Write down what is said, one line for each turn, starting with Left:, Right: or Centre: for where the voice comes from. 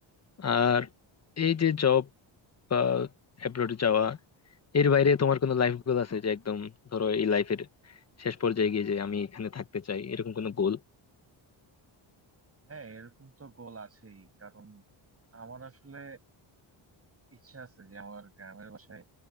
Left: আর এই যে জব বা অ্যাব্রোডে যাওয়া এর বাইরে তোমার কোনো লাইফ গোল আছে যে একদম ধরো এই লাইফের শেষ পর্যায়ে গিয়ে যে আমি এখানে থাকতে চাই এরকম কোনো গোল
Right: হ্যাঁ এরকম তো গোল আছেই কারণ আমার আসলে ইচ্ছা আছে যে আমার গ্রামের বাসায়